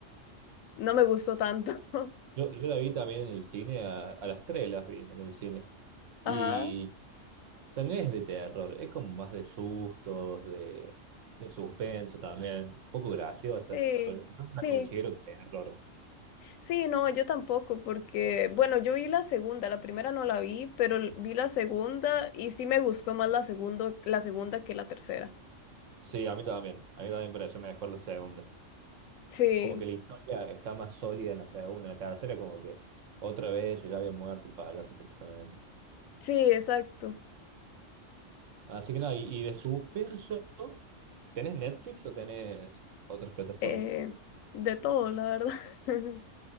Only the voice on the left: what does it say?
no me gustó tanto. <laughs>
Ajá,
sí,
sí.
Sí, no, yo tampoco, porque, bueno, yo vi la segunda, la primera no la vi, pero l- vi la segunda y sí me gustó más la segunda, la segunda que la tercera.
Sí,
sí, exacto.
Eh, de todo, la verdad. <laughs>